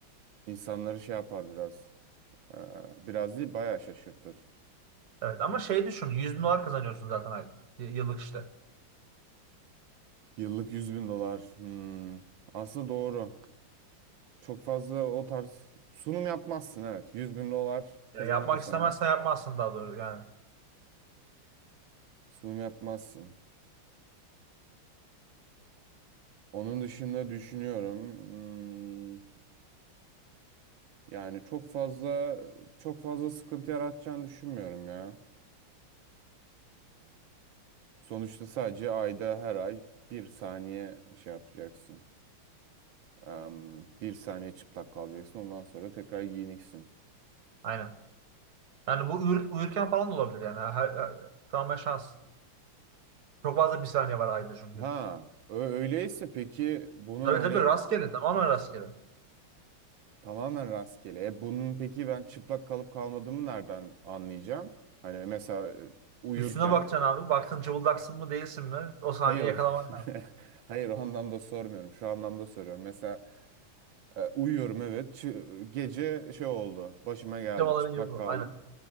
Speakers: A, on the right; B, on the right.
A: insanları şey yapar biraz. E, biraz değil bayağı şaşırtır.
B: Evet. Ama şey düşün. 100 bin dolar kazanıyorsun zaten aylık. Y- Yıllık işte.
A: Yıllık 100 bin dolar. Hmm, aslında doğru. Çok fazla o tarz sunum yapmazsın evet. 100 bin dolar kazanıyorsan
B: Ya yapmak istemezsen
A: eğer
B: yapmazsın daha doğru yani.
A: sunum yapmazsın. Onun dışında düşünüyorum. hmm, yani çok fazla çok fazla sıkıntı yaratacağını düşünmüyorum ya. Sonuçta sadece ayda her ay bir saniye şey yapacaksın. Em, bir saniye çıplak kalacaksın. Ondan sonra tekrar giyineceksin.
B: Aynen. Yani bu uyur, uyurken falan da olabilir yani. Her, her- tamamen şans. Çok fazla bir saniye var ayda çünkü.
A: Ha, ö- öyleyse peki bunun
B: Tabii
A: hani
B: tabii rastgele tamamen rastgele.
A: Tamamen rastgele. E bunun peki ben çıplak kalıp kalmadığımı nereden anlayacağım? Hani mesela e, uyurken
B: Üstüne bakacaksın abi. Baktın cıvıldaksın mı değilsin mi? O saniye
A: hayır o
B: yakalaman lazım.
A: <laughs> hayır o anlamda sormuyorum. Şu anlamda soruyorum. Mesela e, uyuyorum evet. Çı- gece şey oldu. Başıma geldi.
B: Camaların
A: Çıplak
B: yok o.
A: kaldım.
B: Aynen.